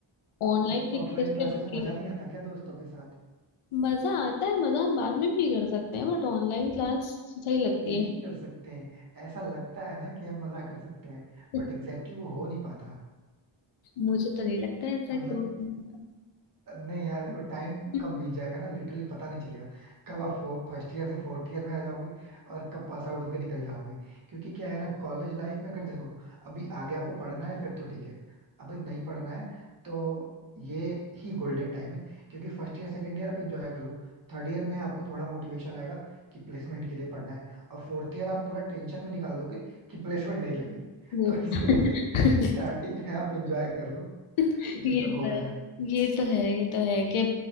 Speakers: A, on the left (about 80°); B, on the right (about 45°).
A: ऑनलाइन
B: तो आपको
A: के
B: ऑफलाइन
A: केस
B: क्लासेस
A: में रूटीन
B: में मजा नहीं आता क्या दोस्तों के साथ
A: मजा आता है मजा हम बाद में भी कर सकते हैं बट ऑनलाइन क्लास सही लगती
B: नहीं
A: है
B: कर सकते ऐसा लगता है ना कि हम मजा कर सकते हैं
A: <laughs>
B: बट एग्जैक्टली exactly वो हो नहीं पाता
A: मुझे तो नहीं लगता है ऐसा
B: मतलब
A: क्यों नहीं पता।
B: नहीं यार देखो टाइम
A: हम्म,
B: कब बीत जाएगा ना लिटरली पता नहीं चलेगा कब आप फर्स्ट ईयर से फोर्थ ईयर में आ जाओगे और कब पास आउट होके निकल जाओगे क्योंकि क्या है ना कॉलेज लाइफ में अगर देखो अभी आगे आपको पढ़ना है फिर तो ठीक है अभी नहीं पढ़ना है तो ये ही गोल्डन टाइम है क्योंकि फर्स्ट ईयर सेकेंड ईयर आप इंजॉय कर लो थर्ड ईयर में आपको थोड़ा मोटिवेशन आएगा कि प्लेसमेंट के लिए पढ़ना है और फोर्थ ईयर आप पूरा टेंशन में निकाल दोगे कि प्लेसमेंट नहीं लगी <laughs>
A: वो
B: तो
A: बात-
B: इस वजह से स्टार्टिंग है आप इंजॉय कर लो
A: <laughs>
B: जब
A: ये
B: तक
A: तो
B: हो
A: है
B: रहा है
A: ये तो है ये तो है कि